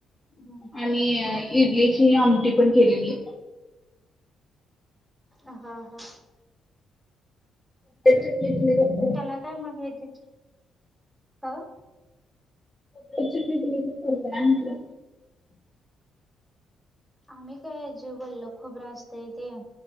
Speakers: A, in the centre; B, on the left (about 20°).
A: हम्म
B: आणि अं इडलीची
A: हम्म
B: आमटी
A: हम्म
B: पण केलेली.
A: अं हा- हा,
B: <unintelligible>
A: त्याला काय मग हेही, काव
B: चटणी तुम्ही कशी करताय म्हटलं?
A: आम्ही काय जे वोलं खोबरं असतय त्या